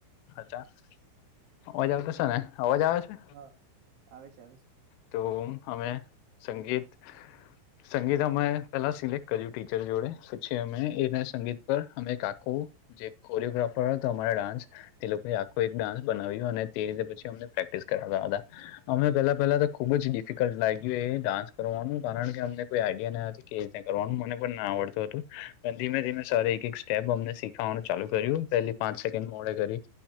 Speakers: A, on the left; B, on the right.
A: હજા અવાજ આવતો છે ને અવાજ આવે છે
B: હા આવે છે આવે છે
A: તો અમે સંગીત સંગીત અમે પેલા સિલેક્ટ કર્યું ટીચર જોડે પછી અમે એને સંગીત પર અમે એક આખું જે કોરિયોગ્રાફર હતો અમારા ડાન્સ તે લોકો આખો એક ડાન્સ બનાવ્યું અને તે રીતે પછી અમને પ્રેક્ટિસ કરાવતા હતા અમે પેલા પેલા તો ખુબ જ ડિફિકલ્ટ લાગ્યું ડ કરવાનું કારણ કે અમને કોઈ આઈડિયા ના કે રી કરવાનું મને પણ ના આવડતું હતું પણ ધીમે એક એક સ્ટેપ અમને સીખાવાનું ચાલુ કર્યું પેલી પાંચ સેકન્ડ મોડે કરી